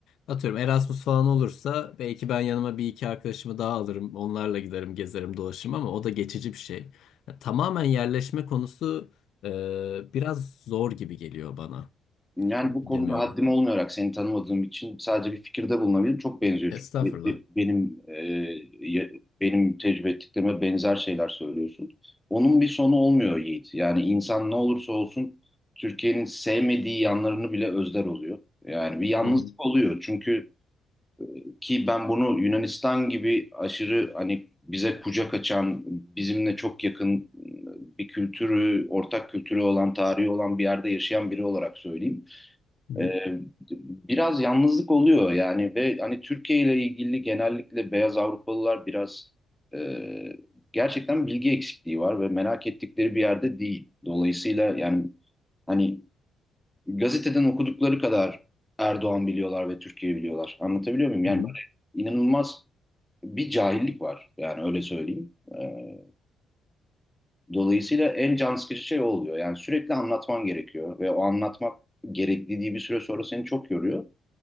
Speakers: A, on the left; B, in the centre.
A: atıyorum Erasmus falan olursa belki ben yanıma bir iki arkadaşımı daha alırım. Onlarla giderim, gezerim, dolaşırım ama o da geçici bir şey. Ya, tamamen yerleşme konusu e, biraz zor gibi geliyor bana.
B: Yani
A: Yani
B: bu
A: bilemiyorum.
B: konuda haddim olmayarak seni tanımadığım için sadece bir fikirde bulunabilirim. Çok benziyor
A: Estağfurullah.
B: çünkü be- be- benim e, ya- benim tecrübe ettiklerime benzer şeyler söylüyorsun. Onun bir sonu olmuyor Yiğit. Yani insan ne olursa olsun Türkiye'nin sevmediği yanlarını bile özler oluyor. Yani bir yalnızlık
A: Hı hı.
B: oluyor. Çünkü Ki ben bunu Yunanistan gibi aşırı hani bize kucak açan, bizimle çok yakın bir kültürü, ortak kültürü olan, tarihi olan bir yerde yaşayan biri olarak söyleyeyim.
A: Hı hı.
B: Ee, biraz yalnızlık oluyor yani ve hani Türkiye ile ilgili genellikle beyaz Avrupalılar biraz e, gerçekten bilgi eksikliği var ve merak ettikleri bir yerde değil. Dolayısıyla yani hani gazeteden okudukları kadar Erdoğan biliyorlar ve Türkiye biliyorlar. Anlatabiliyor muyum? Yani
A: Hı hı,
B: böyle inanılmaz bir cahillik var. Yani öyle söyleyeyim. Ee, dolayısıyla en can sıkıcı şey o oluyor. Yani sürekli anlatman gerekiyor ve o anlatmak gerekliliği bir süre sonra seni çok yoruyor.